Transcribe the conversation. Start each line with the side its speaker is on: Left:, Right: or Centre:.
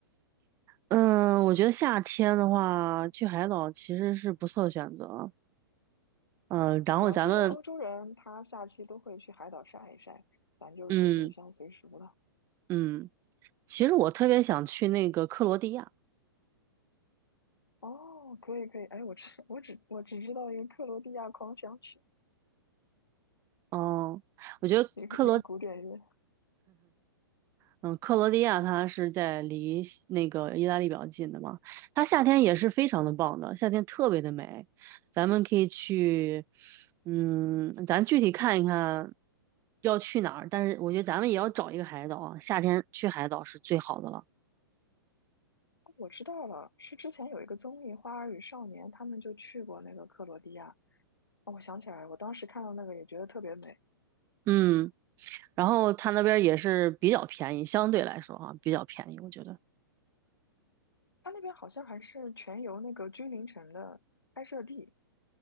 Right: 嗯，我觉得夏天的话，去海岛其实是不错的选择。嗯，然后咱们，
Left: 主要这边欧洲人他下期都会去海岛晒一晒，咱就是入乡随俗了。
Right: 嗯嗯，其实我特别想去那个克罗地亚。
Left: 哦，可以可以，哎，我只我只我只知道一个克罗地亚狂想曲，
Right: 哦，我觉得克罗，
Left: 一个一个古典乐。
Right: 嗯，克罗地亚它是在离西那个意大利比较近的嘛，它夏天也是非常的棒的，夏天特别的美。咱们可以去，嗯，咱具体看一看要去哪儿，但是我觉得咱们也要找一个海岛啊，夏天去海岛是最好的了。
Left: 我知道了，是之前有一个综艺《花儿与少年》，他们就去过那个克罗地亚。哦，我想起来了，我当时看到那个也觉得特别美。
Right: 嗯。然后他那边也是比较便宜，相对来说哈、比较便宜，我觉得。
Left: 它那边好像还是全游那个君临城的拍摄地。